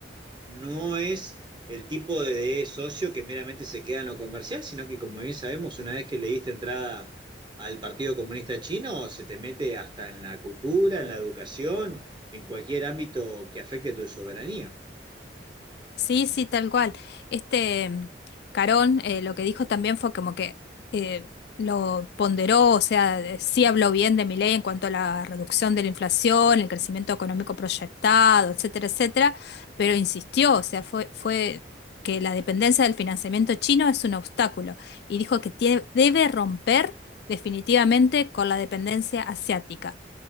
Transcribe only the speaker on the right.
no es el tipo de de socio que meramente se queda en lo comercial, sino que como bien sabemos, una vez que le diste entrada al Partido Comunista Chino, se te mete hasta en la cultura, en la educación, en cualquier ámbito que afecte a tu soberanía.